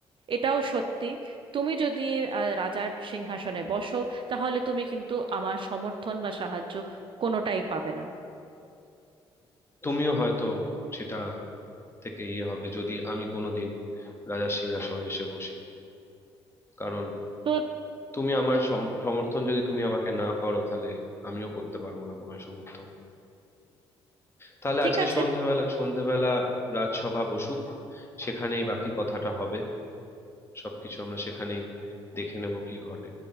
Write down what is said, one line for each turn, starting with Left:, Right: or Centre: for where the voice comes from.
Right: এটাও সত্যি তুমি যদি আহ, রাজার সিংহাসনে বসো তাহলে তুমি কিন্তু আমার সমর্থন বা সাহায্য কোনোটাই পাবে না
Left: তুমিও হয়তো সেটা থেকে ইয়ে হবে যদি আমি কোনোদিন রাজার সিংহাসনে এসে বসি কারণ
Right: তো
Left: তুমি আমার সম- সমর্থন যদি তুমি আমাকে না করো তাহলে আমিও করতে পারবো না তোমার সমর্থন তাহলে
Right: ঠিক
Left: আজকে
Right: আছে
Left: সন্ধ্যাবেলা সন্ধ্যাবেলা রাজসভা বসুক সেখানেই বাকি কথাটা হবে সবকিছু আমরা সেখানেই দেখে নেব কি ঘটে